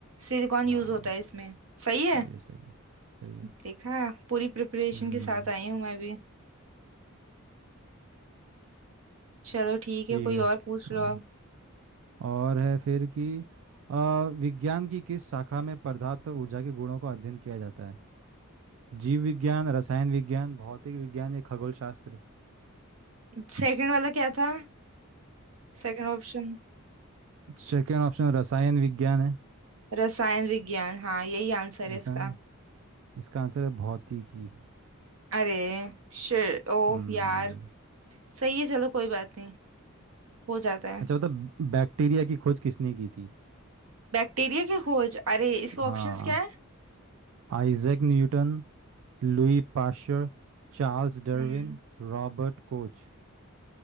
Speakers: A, on the right; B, on the right.
A: सिलिकॉन
B: हाँ
A: यूज होता है इसमें सही
B: सही
A: है
B: है सही है सही है
A: देखा पूरी प्रिपरेशन
B: हम्म
A: के साथ आई हूँ मैं भी चलो ठीक
B: ठीक
A: है कोई
B: है
A: और पूछ
B: हाँ
A: लो अब
B: और है फिर कि अ, विज्ञान की किस शाखा में पदार्थ और ऊर्जा के गुणों का अध्ययन किया जाता है जीव विज्ञान रसायन विज्ञान भौतिक विज्ञान या खगोल शास्त्र
A: सेकंड वाला क्या था सेकंड ऑप्शन
B: सेकेंड ऑप्शन रसायन विज्ञान है
A: रसायन विज्ञान हाँ यही आंसर
B: रसायन
A: है इसका
B: इसका आंसर है भौतिकी
A: अरे शिट ओ
B: हम्म
A: यार सही है चलो कोई बात नहीं हो जाता है
B: अच्छा बता बैक्टीरिया की खोज किसने की थी
A: बैक्टीरिया की खोज अरे इसके
B: हाँ
A: ऑप्शंस क्या है
B: Isaac Newton Louis Pasteur Charles Darwin
A: हम्म
B: Robert Koch